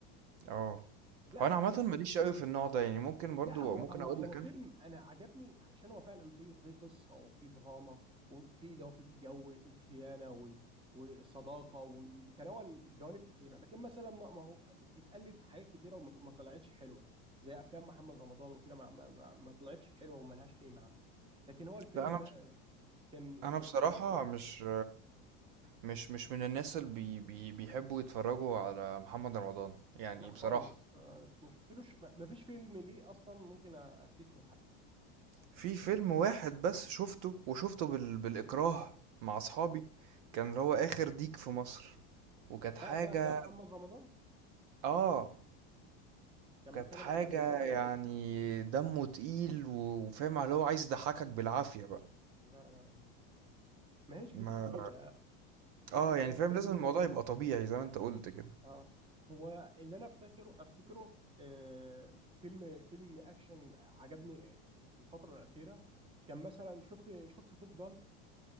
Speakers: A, on the right (about 60°); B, on the right (about 15°).
A: آه.
B: لا
A: هو أنا عامةً ما ليش أوي في النوع ده، يعني ممكن برضه
B: لا هو
A: ممكن
B: هو
A: أقول
B: هو
A: لك
B: فيلم
A: أنا
B: انا عجبني علشان هو فعلا فيه فيه قصه وفيه دراما وفيه لو في جو الخيانه و- والصداقه و- وتناول جوانب كتيره لكن مثلا ما ما هو اتقلد في حاجات كتيره وما ما طلعتش حلوه زي افلام محمد رمضان وكده ما, ما, ما ما طلعتش حلوه وملهاش اي معنى لكن هو الفيلم
A: لأ أنا
B: ده كان
A: أنا
B: كان
A: بصراحة
B: فيه جوانب
A: مش
B: كتيرة حلوة.
A: مش مش من الناس اللي بي بي بيحبّوا يتفرّجوا على محمد رمضان، يعني
B: لا
A: بصراحة.
B: خالص آه، ما شفتلوش ما ما فيش فيلم ليه اصلا ممكن افتكره حتى
A: في فيلم واحد بس شُفته وشُفته بال بالإكراه مع أصحابي، كان اللي هو آخر ديك في مصر، وكانت حاجة
B: ده ده ده محمد رمضان
A: آه.
B: كان
A: كانت
B: بيتكلم
A: حاجة
B: عن ايه؟
A: يعني دمّه تقيل و وفاهم اللي هو عايز يضحّكك بالعافية بقى.
B: لا لا مش ما هيش بتيجي
A: ما
B: كده
A: اه
B: ال-
A: يعني فاهم لازم الموضوع يبقى <laughs> طبيعي زي ما انت قلت كده
B: اه هو اللي انا افتكره افتكره آه فيلم فيلم اكشن عجبني آه، في الفتره الاخيره كان مثلا شفت شفت توب جان